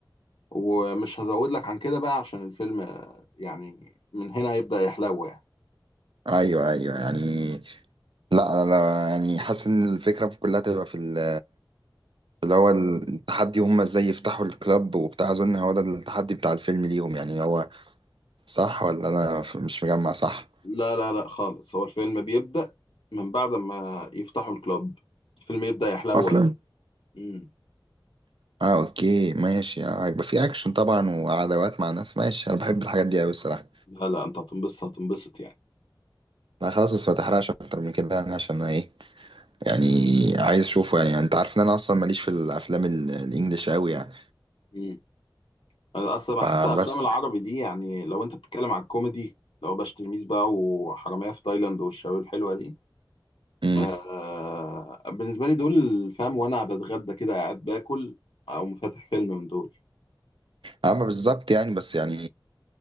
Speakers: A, on the left; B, on the right.
A: ومش هزود لك عن كده بقى عشان الفيلم آه، يعني من هنا هيبدأ يحلو يعني
B: ايوه ايوه يعني لا لا لا، يعني حاسس ان الفكرة كلها تبقى في ال اللي هو التحدي هم ازاي يفتحوا الكلاب وبتاع اظن هو ده التحدي بتاع الفيلم ليهم يعني هو صح ولا انا ف- مش مجمع صح
A: لا لا لا خالص هو الفيلم بيبدأ من بعد ما يفتحوا الكلاب الفيلم يبدأ يحلو
B: اصلا
A: بقى مم.
B: اه اوكي ماشي آه، هيبقى في اكشن طبعا وعداوات مع ناس ماشي انا بحب الحاجات دي قوي الصراحه
A: لا لا انت هتنبسط هتنبسط يعني
B: لا خلاص بس ما تحرقش اكتر من كده يعني عشان انا ايه يعني عايز اشوفه يعني انت عارف ان انا اصلا ماليش في الافلام ال- الانجليش قوي يعني
A: مم. أنا اصل بحس
B: فبس
A: افلام العربي دي يعني لو انت بتتكلم على الكوميدي لو باش تلميذ بقى وحرامية في تايلاند والشباب الحلوة دي
B: امم
A: آه بالنسبة لي دول فاهم وانا بتغدى كده قاعد باكل او فاتح فيلم من دول
B: اما بالظبط يعني بس يعني